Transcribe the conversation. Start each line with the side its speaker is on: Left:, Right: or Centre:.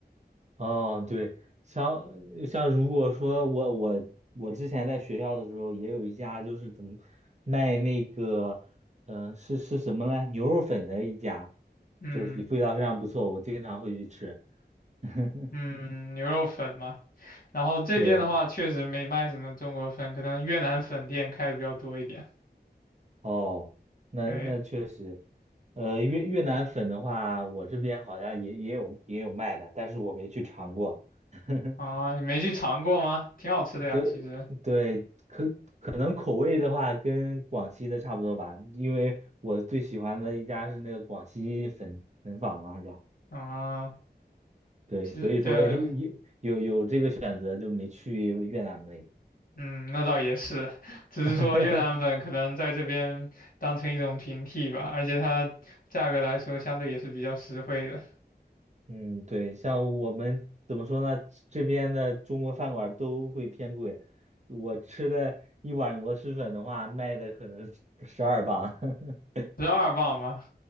Right: 哦，对，像像如果说我我我之前在学校的时候，也有一家就是怎么卖那个，嗯、是是什么呢？牛肉粉的一家，
Left: 嗯
Right: 就是味道非常不错，我经常会去吃。<laughs>
Left: 嗯，牛肉粉嘛。然后这边的话，
Right: 对，
Left: 确实没卖什么中国粉，可能越南粉店开的比较多一点。
Right: 哦，那那确实，
Left: 对
Right: 呃，越越南粉的话，我这边好像也也有也有卖的，但是我没去尝过。<laughs>
Left: 啊，你没去尝过吗？挺好吃的呀，
Right: 对对，
Left: 其实
Right: 可可能口味的话跟广西的差不多吧，因为我最喜欢的一家是那个广西粉粉坊嘛，好像
Left: 啊，
Right: 对，所以说
Left: 其实对，
Right: <laughs> 有有有这个选择就没去越南那个。
Left: 嗯，那倒也是，<laughs> 只是说越南粉可能在这边当成一种平替吧，
Right: <laughs>
Left: 而且它价格来说相对也是比较实惠的，
Right: 嗯，对，像我们怎么说呢，这边的中国饭馆都会偏贵，我吃了一碗螺蛳粉的话，卖的可能十二磅。<laughs>
Left: 十二磅嘛，